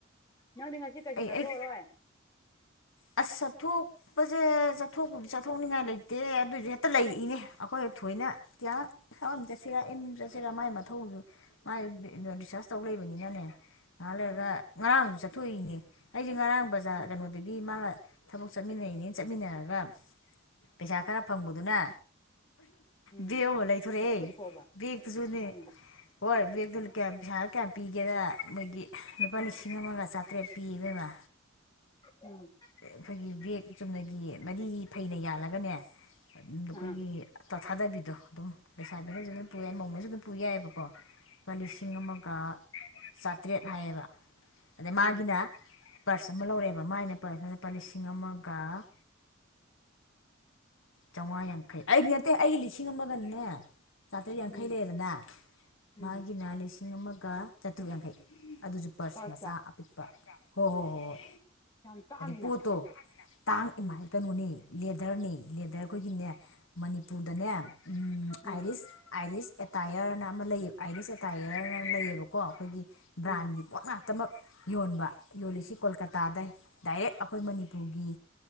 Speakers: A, on the left; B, on the left.
A: ꯅꯪꯗꯤ ꯉꯁꯤ ꯀꯩꯁꯨ
B: ꯑꯩ
A: ꯆꯠꯊꯣꯛꯑꯔꯣꯏ
B: ꯑꯩ ꯑꯁ ꯆꯊꯣꯛꯄꯁꯦ ꯆꯠꯊꯣꯛ ꯀꯨꯝ ꯆ ꯊꯣꯛꯅꯤꯡꯉꯥꯏ ꯂꯩꯇꯦ ꯑꯗꯨꯁꯨ ꯍꯦꯛꯇ ꯂꯩꯔꯛꯏꯅꯦ ꯑꯩꯈꯣꯏ ꯊꯣꯏꯅ ꯇꯌꯥ ꯁꯨꯝ ꯊꯕꯛ ꯑꯃꯥ ꯆꯠꯁꯤꯔꯥ ꯆꯠꯁꯤꯔꯥ ꯃꯥꯏ ꯃꯊꯧ ꯃꯥꯥꯏ ꯔꯤꯆꯥꯔꯖ ꯇꯧ ꯂꯩꯕꯅꯤꯅꯅꯦ ꯉꯍꯥꯛ ꯂꯩꯔꯒ
A: ꯎꯝ
B: ꯉꯔꯥꯡꯁꯨ ꯆꯠ ꯊꯨꯏꯅꯦ ꯑꯩꯁꯦ ꯉꯔꯥꯡ ꯕꯖꯥꯔ
A: ꯎꯝ
B: ꯀꯩꯅꯣꯗꯒꯤ ꯒꯤ ꯃꯥꯒ ꯊꯕꯛ ꯆꯠꯃꯤꯟꯅꯩꯅꯤ ꯆꯠꯃꯤꯟꯅꯔꯒ ꯄꯩꯁꯥ ꯈꯔ ꯐꯪꯕꯗꯨꯅ
A: ꯎꯝ
B: ꯕꯦꯒ ꯑꯃ ꯂꯩꯊꯣꯔꯛꯑꯦ
A: ꯆꯠꯊꯣꯛꯑꯕ
B: ꯕꯦꯛꯇꯨꯁꯨꯅꯦ
A: ꯎꯝ
B: ꯍꯣꯏ ꯕꯦꯒꯇꯨ ꯀꯌꯥꯝ ꯄꯩꯁꯥꯒ ꯀꯌꯥꯝ ꯄꯤꯒꯦꯗ ꯃꯣꯏꯒꯤ ꯂꯨꯄꯥ
A: ꯎꯝ
B: ꯂꯤꯁꯤꯡ ꯑꯃꯒ ꯆꯥꯇ꯭ꯔꯦꯠ ꯄꯤ ꯏꯕꯦꯝꯃ
A: ꯎꯝ
B: ꯑꯩꯈꯣꯏꯒꯤ ꯕꯦꯒ ꯆꯨꯝꯅꯒꯤ ꯃꯔꯤ ꯐꯩꯅ ꯌꯥꯜꯂꯒꯅꯦ ꯝ ꯑꯩꯈꯣꯏꯒꯤ
A: ꯑꯥ
B: ꯇꯊꯥꯗꯕꯤꯗꯣ ꯑꯗꯨꯝ ꯂꯩꯁꯥꯕꯤꯅꯁꯨ ꯑꯗꯨꯝ ꯄꯨ ꯌꯥꯏ ꯃꯧꯅꯁꯨ ꯑꯗꯨꯝ ꯄꯨ ꯌꯥꯏꯑꯕꯀꯣ ꯂꯨꯄꯥ ꯂꯤꯁꯤꯡ ꯑꯃꯒ ꯆ ꯇꯔꯦꯠ ꯍꯥꯏꯌꯦꯕ ꯑꯗ ꯃꯥꯒꯤꯅꯥ
A: ꯎꯝ
B: ꯄꯔꯁ ꯑꯃ ꯂꯧꯔꯦꯕ ꯃꯥꯥꯏꯅ ꯂꯨꯄꯥ ꯂꯤꯁꯤꯡ ꯑꯃꯒ ꯆꯥꯝꯃꯉꯥ ꯌꯥꯡꯈꯩ ꯑꯩꯗꯤ ꯅꯠꯇꯦ ꯑꯩꯒꯤ ꯂꯤꯁꯤꯡ ꯑꯃꯒꯅꯤꯅꯦ ꯆꯥꯇ꯭ꯔꯦꯠ ꯌꯥꯡꯈꯩ
A: ꯎꯝ
B: ꯂꯩꯗꯅ
A: ꯎꯝ
B: ꯃꯥꯒꯤꯅ ꯂꯤꯁꯤꯡ ꯑꯃꯒ ꯀꯥ ꯆꯠꯇ꯭ꯔꯨꯛ ꯌꯥꯡꯈꯩ ꯑꯗꯨꯁꯨ ꯄꯔꯁ
A: ꯕꯁꯇ
B: ꯃꯆꯥ ꯑꯄꯤꯛꯄ ꯍꯣꯏ ꯍꯣꯏ ꯍꯣꯏ ꯍꯣꯏ
A: ꯌꯥꯝ ꯇꯥꯡꯉꯤꯅ
B: ꯄꯣꯠꯇꯣ ꯇꯥꯡ
A: ꯎꯝ
B: ꯏꯃꯥꯏ ꯀꯩꯅꯣꯅꯦ ꯂꯦꯗꯔꯅꯦ ꯂꯦꯗꯔ ꯑꯩꯈꯣꯏꯒꯤꯅꯦ ꯃꯅꯤꯄꯨꯔꯗꯅꯦ
A: ꯎꯝ
B: ꯑꯥꯏꯔꯤꯁ ꯑꯥꯏꯔꯤꯁ ꯑꯦꯇꯥꯌꯔꯅ ꯑꯃ ꯂꯩꯌꯦꯕ ꯑꯥꯏꯔꯤꯁ ꯑꯦꯇꯥꯌꯔꯅ ꯂꯩꯌꯦꯕꯀꯣ ꯑꯩꯈꯣꯏꯒꯤ ꯕ꯭ꯔꯥꯟꯒꯤ
A: ꯎꯝ
B: ꯄꯣꯠ ꯉꯥꯛꯇꯃꯛ ꯌꯣꯟꯕ ꯌꯣꯜꯂꯤꯁꯤ ꯀꯣꯜꯀꯇꯥ ꯇꯥꯗꯩ ꯗꯥꯏꯔꯦꯛ ꯑꯩꯈꯣꯏ ꯃꯅꯤꯄꯨꯔꯒꯤ